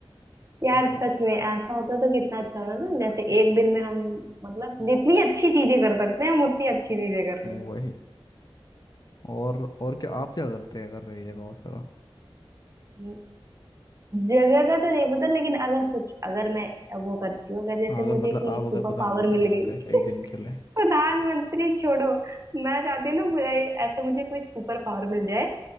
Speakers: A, on the right; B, on the left.
A: यार
B: हाँ हाँ,
A: सच में ऐसा होता तो कितना अच्छा होना ना जैसे एक दिन में हम मतलब जितनी अच्छी चीजें कर सकते हैं हम उतनी अच्छी चीजें कर
B: वही और और क्या आप क्या करते हैं अगर मेरी जगह होते तो
A: लेंगे जगह का तो नहीं पता लेकिन अगर सोच अगर मैं वो करती हूँ अगर जैसे
B: हाँ अगर
A: मुझे
B: मतलब
A: कोई
B: आप अगर
A: सुपर
B: प्रधानमंत्री
A: पावर मिल
B: होते
A: गई
B: एक
A: <laughs>
B: दिन के लिए
A: प्रधानमंत्री छोड़ो मैं चाहती हूँ ना मुझे ऐसे मुझे कोई सुपर पावर मिल जाए